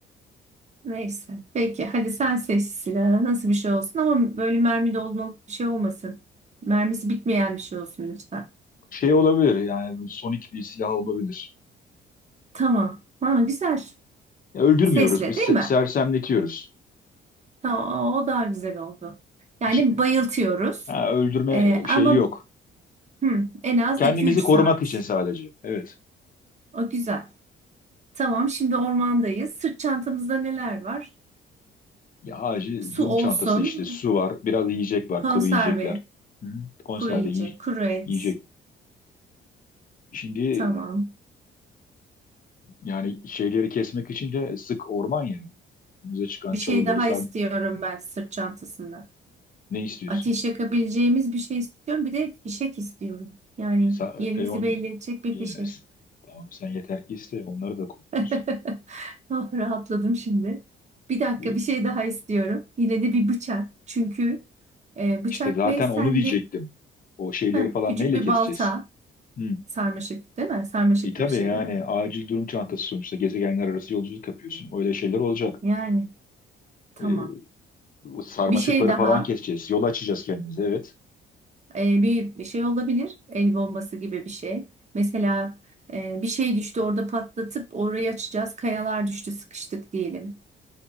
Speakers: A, on the right (about 35°); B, on the left (about 45°).
A: Neyse. Peki hadi sen seç silahı nasıl bir şey olsun ama böyle mermi dolmalık bir şey olmasın. Mermisi bitmeyen bir şey olsun lütfen.
B: Şey olabilir yani sonik bir silah olabilir.
A: Tamam. Ha, güzel.
B: Ya öldürmüyoruz
A: Sesle
B: biz
A: değil
B: se-
A: mi?
B: sersemletiyoruz.
A: Tamam, o o daha güzel oldu. Yani
B: C-
A: bayıltıyoruz.
B: ha, öldürme
A: Ee,
B: şeyi
A: ama
B: yok.
A: hı, en az
B: Kendimizi
A: iki üç saat.
B: korumak için sadece. Evet.
A: O güzel. Tamam, şimdi ormandayız. Sırt çantamızda neler var?
B: Ya acil
A: Su
B: durum
A: olsun,
B: çantası işte su var, biraz yiyecek var,
A: konserve,
B: kuru yiyecekler. Hı. Konserve
A: kuru yiyecek,
B: yiy-
A: kuru et.
B: yiyecek. Şimdi
A: Tamam.
B: Yani şeyleri kesmek için de sık orman ya. Önümüze çıkan
A: Bir
B: çalıları
A: şey daha
B: sen
A: istiyorum ben sırt çantasında.
B: ne istiyorsun?
A: Ateş yakabileceğimiz bir şey istiyorum. Bir de fişek istiyorum. Yani
B: E, sa-
A: yerimizi
B: e, on,
A: belli edecek bir
B: e,
A: fişek.
B: s- tamam sen yeter ki iste onları da koyuyoruz.
A: <laughs> Ah rahatladım şimdi. Bir dakika
B: E,
A: bir şey daha istiyorum. Yine de bir bıçak. Çünkü e, bıçak
B: İşte zaten
A: ve sende
B: onu diyecektim. O şeyleri
A: Heh,
B: falan
A: küçük
B: neyle
A: bir
B: keseceğiz?
A: balta,
B: Hı.
A: sarmaşık değil mi? Sarmaşık
B: E tabii
A: gibi şeyleri.
B: yani acil durum çantası sonuçta gezegenler arası yolculuk yapıyorsun. Öyle şeyler olacak.
A: Yani tamam.
B: E, Bu sarmaşıkları
A: Bir şey daha.
B: falan keseceğiz. Yol açacağız kendimize evet.
A: E, bir, bir şey olabilir. El bombası gibi bir şey. Mesela e, bir şey düştü orada patlatıp orayı açacağız. Kayalar düştü sıkıştık diyelim